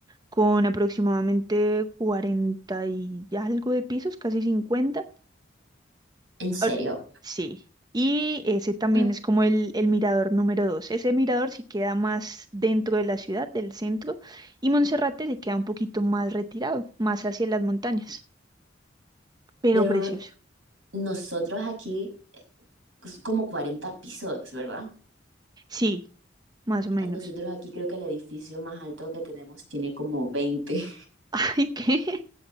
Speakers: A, on the right; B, on the right.
A: con aproximadamente 40 y algo de pisos, casi 50
B: En serio.
A: ahori- sí. Y ese también
B: Ah,
A: es como el, el mirador número dos. Ese mirador sí queda más dentro de la ciudad, del centro, y Monserrate se queda un poquito más retirado, más hacia las montañas, pero
B: Pero
A: precioso.
B: nosotros aquí, es como 40 pisos, ¿verdad?
A: Sí, más o menos.
B: Nosotros aquí creo que el edificio más alto que tenemos tiene como 20.
A: <laughs> ¿Y qué?